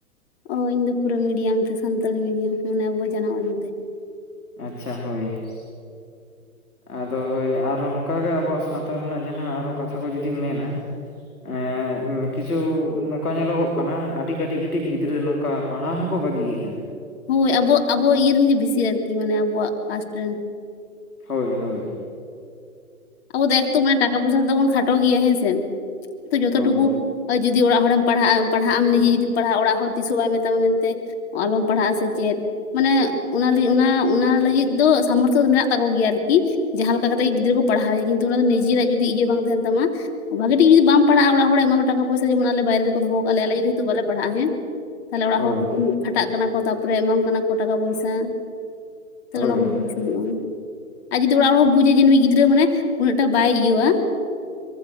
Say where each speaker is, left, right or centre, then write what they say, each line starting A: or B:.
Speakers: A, on the left; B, on the left.
A: ᱚ ᱤᱧ ᱫᱚ ᱯᱩᱨᱟᱹ ᱢᱤᱰᱤᱭᱟᱢ ᱛᱮ ᱥᱟᱱᱛᱟᱞᱤ ᱢᱤᱰᱤᱭᱟᱢ ᱢᱟᱱᱮ ᱟᱵᱚ ᱡᱟᱱᱟᱢ ᱟᱲᱟᱝ ᱛᱮ ᱾
B: ᱟᱪᱪᱷᱟ ᱦᱳᱭ ᱾ ᱟᱫᱚ ᱦᱳᱭ ᱟᱨᱚ ᱱᱚᱝᱠᱟᱜᱮ ᱟᱵᱚᱣᱟᱜ ᱥᱟᱶᱛᱟ ᱨᱮᱱᱟᱜ ᱡᱟᱦᱟᱸ ᱟᱨᱚ ᱠᱟᱛᱷᱟ ᱠᱚ ᱡᱩᱫᱤᱢ ᱢᱮᱱᱟ ᱮ ᱠᱤᱪᱷᱩ ᱱᱚᱝᱠᱟ ᱧᱮᱞᱚᱜᱚᱜ ᱠᱟᱱᱟ ᱟᱹᱰᱤ ᱠᱟᱹᱴᱤᱡ ᱠᱟᱹᱴᱤᱡ ᱜᱤᱫᱽᱨᱟᱹ ᱱᱚᱝᱠᱟ ᱯᱟᱲᱦᱟᱣ ᱦᱚᱸᱠᱚ ᱵᱟᱹᱜᱤᱭᱮᱜᱼᱟ ᱾
A: ᱦᱳᱭ ᱟᱵᱚ ᱟᱵᱚ ᱤᱭᱟᱹ ᱨᱮᱱ ᱜᱮ ᱵᱮᱥᱤ ᱟᱨᱠᱤ ᱢᱟᱱᱮ ᱟᱵᱚᱣᱟᱜ ᱠᱟᱥᱴ ᱨᱮᱱ ᱾
B: ᱦᱳᱭ ᱦᱳᱭ ᱾
A: ᱟᱵᱚ ᱫᱚ ᱮᱠ ᱛᱚ ᱢᱟᱱᱮ ᱴᱟᱠᱟ ᱯᱚᱭᱥᱟ ᱛᱮᱫᱚ ᱵᱚᱱ ᱠᱷᱟᱴᱚ ᱜᱮᱭᱟ ᱦᱮᱸᱥᱮ ᱛᱚ ᱡᱚᱛᱚ
B: ᱦᱳᱭ
A: ᱴᱩᱠᱩ ᱟᱨ ᱡᱩᱫᱤ ᱚᱲᱟᱜ ᱦᱚᱲᱮᱢ ᱯᱟᱲᱦᱟᱜᱼᱟ ᱯᱟᱲᱦᱟᱜ ᱟᱢ ᱱᱤᱜᱮ ᱡᱩᱫᱤᱢ ᱯᱟᱲᱦᱟᱜᱼᱟ ᱚᱲᱟᱜ ᱦᱚᱲ ᱛᱤᱥ ᱦᱚᱸ ᱵᱟᱭ ᱢᱮᱛᱟ ᱢᱟ ᱢᱮᱱᱛᱮ ᱟᱞᱚᱢ ᱯᱟᱲᱦᱟᱜᱼᱟ ᱥᱮ ᱪᱮᱫ ᱾ ᱢᱟᱱᱮ ᱚᱱᱟ ᱞᱟᱹᱜᱤᱫ ᱚᱱᱟ ᱚᱱᱟ ᱞᱟᱹᱜᱤᱫ ᱫᱚ ᱥᱟᱢᱚᱨᱛᱷᱚ ᱢᱮᱱᱟᱜ ᱛᱟᱠᱚ ᱜᱮᱭᱟ ᱟᱨᱠᱤ ᱾ ᱡᱟᱦᱟᱸ ᱞᱮᱠᱟ ᱠᱟᱛᱮᱜ ᱜᱮ ᱜᱤᱫᱽᱨᱟᱹ ᱠᱚ ᱯᱟᱲᱦᱟᱣᱮᱭᱟ ᱠᱤᱱᱛᱩ ᱚᱱᱟ ᱫᱚ ᱱᱤᱡᱮᱨᱟᱜ ᱡᱩᱫᱤ ᱤᱭᱟᱹ ᱵᱟᱝ ᱛᱟᱦᱮᱱ ᱛᱟᱢᱟ ᱵᱷᱟᱜᱤ ᱴᱷᱤᱠ ᱡᱩᱫᱤ ᱵᱟᱢ ᱯᱟᱲᱟᱜᱼᱟ ᱚᱲᱟᱜ ᱦᱚᱲᱮ ᱮᱢᱟᱢᱟ ᱴᱟᱠᱟ ᱯᱚᱭᱥᱟ ᱡᱮᱢᱚᱱ ᱟᱞᱮ ᱵᱟᱭᱨᱮ ᱨᱮᱠᱚ ᱫᱚᱦᱚ ᱟᱠᱟᱜ ᱞᱮᱭᱟ ᱟᱞᱮ ᱡᱩᱫᱤ ᱦᱳᱭᱛᱳ ᱵᱟᱞᱮ ᱯᱟᱲᱦᱟᱜᱼᱟ ᱦᱮᱸ ᱛᱟᱦᱚᱞᱮ ᱚᱲᱟᱜ
B: ᱦᱳᱭ
A: ᱦᱚᱲ ᱠᱷᱟᱴᱟᱜ ᱠᱟᱱᱟ ᱠᱚ ᱛᱟᱨᱯᱚᱨᱮ ᱮᱢᱟᱢ ᱠᱟᱱᱟ ᱠᱚ ᱴᱟᱠᱟ ᱯᱚᱭᱥᱟ ᱾ ᱛᱟᱦᱚᱞᱮ
B: ᱦᱳᱭ
A: ᱚᱱᱟ ᱠᱚ ᱵᱩᱡ ᱦᱩᱭᱩᱜᱼᱟ, ᱟᱨ ᱡᱩᱫᱤ ᱚᱲᱟᱜ ᱦᱚᱲ ᱦᱚᱸ ᱵᱩᱡᱟ ᱡᱮ ᱱᱩᱭ ᱜᱤ ᱜᱤᱫᱽᱨᱟᱹ ᱢᱟᱱᱮ ᱩᱱᱟᱹᱜ ᱴᱟᱜ ᱵᱟᱭ ᱤᱭᱟᱹᱣᱟ